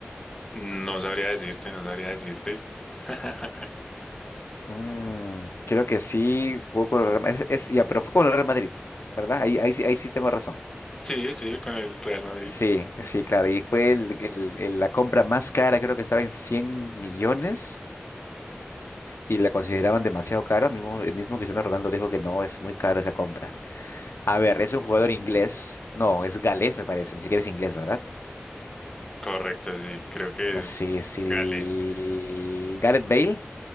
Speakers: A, on the left; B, on the left.
A: No sabría decirte, no sabría decirte. <laughs>
B: Mm, creo que sí, jugó con el Real Madrid. Es, es- ya, pero fue con el Real Madrid, ¿verdad? Ahí, ahí, sí- ahí sí tengo razón.
A: Sí, sí, con el Real Madrid.
B: Sí, sí, claro. Y fue el- el- el- la compra más cara, creo que estaba en 100 millones y la consideraban demasiado caro. Mismo, el mismo Cristiano Ronaldo dijo que no, es muy caro esa compra. A ver, es un jugador inglés. No, es galés, me parece. Ni siquiera es inglés, ¿verdad?
A: Correcto, sí, creo que es
B: Sí, sí.
A: Gales.
B: Gareth Bale.